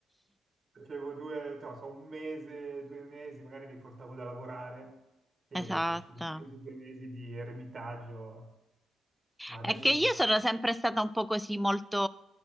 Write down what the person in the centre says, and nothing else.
Esatto.
È che
io
sono sempre stata un po' così molto